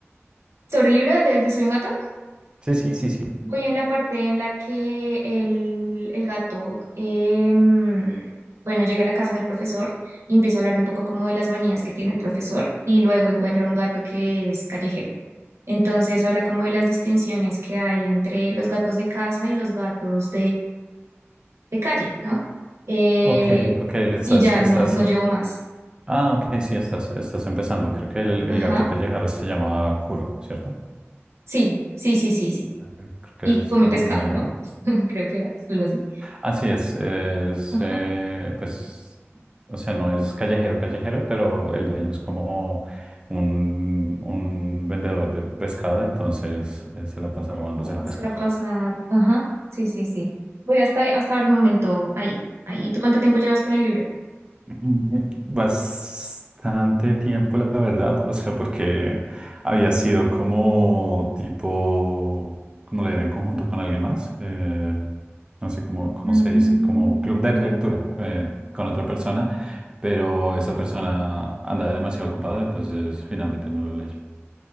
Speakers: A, on the right; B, on the right.
A: Sobre el libro desde Soy un gato,
B: Sí, sí, sí, sí.
A: voy en la parte en la que el, el gato, em, bueno, llega a la casa del profesor y empieza a hablar un poco como de las manías que tiene el profesor y luego encuentra un gato que es callejero. Entonces habla como de las distinciones que hay entre los gatos de casa y los gatos de calle, ¿no? Eh,
B: Ok, ok, estás,
A: y ya
B: estás,
A: no, no llevo más.
B: ah, ok, sí, estás, estás empezando. Creo que el,
A: Ajá.
B: el gato callejero se llama Kuro, ¿cierto?
A: Sí, sí, sí, sí, sí.
B: Eh, Creo que
A: Y
B: es
A: comí
B: como
A: pescado,
B: negro.
A: ¿no? <laughs> Creo que era algo así.
B: Así es, es
A: Ajá.
B: eh, pues, o sea, no es callejero, callejero, pero el dueño es como un, un vendedor de pescado, entonces eh, se la pasa robándose el pescado.
A: Se la pasa. Ajá. Sí, sí, sí. Voy hasta, hasta el momento ahí. Ahí. ¿Y tú cuánto tiempo llevas con el libro?
B: Mm, Bastante tiempo, la verdad, o sea, porque había sido como tipo, como leer en conjunto con alguien más, eh, no sé cómo, cómo
A: Mm,
B: se dice, como club
A: ok.
B: de lectura eh, con otra persona, pero esa persona andaba demasiado ocupada, entonces finalmente no lo leyó.